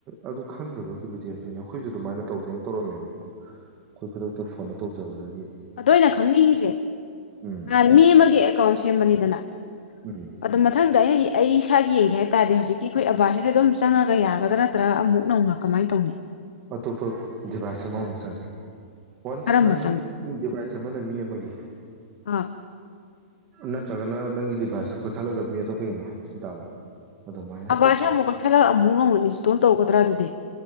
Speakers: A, on the right; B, on the left.
A: ꯑꯗꯨ ꯈꯪꯗꯕꯒꯤꯕꯨꯗꯤ ꯑꯗꯨꯅ ꯑꯩꯈꯣꯏꯁꯨ ꯑꯗꯨꯃꯥꯏꯅ ꯇꯧꯒꯦꯅ ꯇꯧꯔꯝꯃꯦꯕꯀꯣ ꯑꯩꯈꯣꯏ ꯈꯨꯗꯛꯇ ꯐꯣꯟꯗ ꯇꯧꯖꯕꯗꯒꯤ
B: ꯑꯗꯣ ꯑꯩꯅ ꯈꯪꯅꯤꯡꯉꯤꯁꯦ
A: ꯎꯝ
B: ꯅꯍꯥꯟ ꯃꯤ ꯑꯃꯒꯤ ꯑꯦꯀꯥꯎꯟ ꯁꯦꯝꯕꯅꯤꯗꯅ
A: ꯎꯝ
B: ꯑꯗꯨ ꯃꯊꯪꯗ ꯑꯩꯅ ꯑꯩ ꯏꯁꯥꯒꯤ ꯌꯦꯡꯒꯦ ꯍꯥꯏ ꯇꯥꯔꯗꯤ ꯍꯧꯖꯤꯛꯀꯤ ꯑꯩꯈꯣꯏ ꯑꯕꯥꯁꯤꯗꯤ ꯑꯗꯨꯝ ꯆꯪꯉꯒ ꯌꯥꯒꯗ꯭ꯔꯥ ꯅꯠꯇ꯭ꯔꯒ ꯑꯃꯨꯛ ꯅꯧꯅ ꯀꯃꯥꯏꯅ ꯇꯧꯅꯤ
A: ꯑꯇꯣꯞꯄ ꯕꯥꯁꯥ ꯃꯥ ꯁ꯭ꯋꯥꯏꯒꯩ ꯋꯟꯁ
B: ꯀꯔꯝꯕ
A: ꯅꯪ
B: ꯆꯪ
A: ꯗꯤꯚꯥꯏꯁ ꯑꯃꯅ ꯃꯤ ꯑꯃꯒꯤ
B: ꯑꯥ
A: ꯅꯠꯇ꯭ꯔꯥꯒꯅ ꯅꯪꯒꯤ ꯗꯤꯚꯥꯏꯁꯇꯣ ꯀꯛꯊꯠꯂꯒ ꯃꯤ ꯑꯇꯣꯞꯄꯒꯤ ꯑꯃꯨꯛ ꯍꯥꯞꯆꯤꯟ ꯇꯥꯕ ꯑꯗꯨꯃꯥꯏꯅ
B: ꯑꯕꯁꯦ ꯑꯃꯨꯛ ꯀꯛꯊꯠꯂꯒ ꯑꯃꯨꯛ ꯅꯧꯅ ꯏꯟꯁ꯭ꯇꯥꯜ ꯇꯧꯒꯗ꯭ꯔꯥ ꯑꯗꯨꯗꯤ